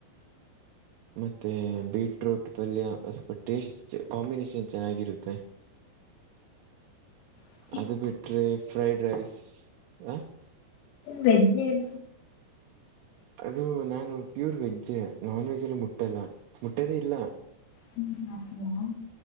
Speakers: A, on the right; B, on the left.
A: ಮತ್ತೆ ಬೀಟ್ರೂಟ ಪಲ್ಯ ಸ್ವಲ್ಪ ಟೇಸ್ಟ ಕಾಂಬಿನೇಶನ್ ಚೆನ್ನಾಗಿರುತ್ತೆ.
B: ಹ್ಮ
A: ಅದು ಬಿಟ್ರೆ ಫ್ರೈಡ್ ರೈಸ್ ಅ.
B: ವೆಜ್ಜ ಅ
A: ಅದು ನಾನು ಪ್ಯೂರ್ ವೆಜ್ಜ ನಾನ ವೆಜ್ಜ ಎಲ್ಲಾ ಮುಟ್ಟಲ್ಲ ಮುಟ್ಟದೇ ಇಲ್ಲ.
B: ಹ್ಮ ಹ ಹ